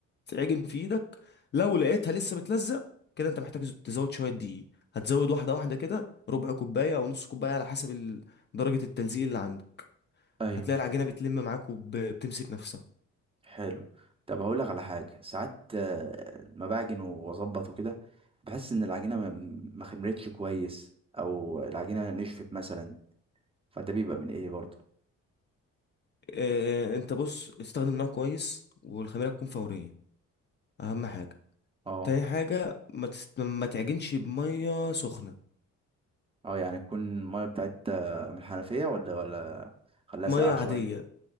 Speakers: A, on the left; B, on the right.
A: تتعجن في إيدك لو لقيتها لسه بتلزق كده أنت محتاج تزود شوية دقيق هتزود واحدة واحدة كده ربع كوباية أو نص كوباية على حسب ال- درجة التلزيق اللي عندك
B: ايوه
A: هتلاقي العجينة بتلم معاك وبتمسك نفسها
B: حلو طب هقول لك على حاجه ساعات آه، ما بعجن واظبط وكده بحس ان العجينه ما ما خمرتش كويس او العجينه نشفت مثلا فده بيبقى من ايه برضه
A: آه، انت بص استخدم نوع كويس والخميرة تكون فورية اهم حاجة
B: اه
A: تاني حاجة ما, تست... ما تعجنش بمية سخنة
B: اه يعني تكون الميه بتاعت آه، من الحنفيه ولا ولا خليها
A: مية
B: ساقعه
A: عادية
B: شويه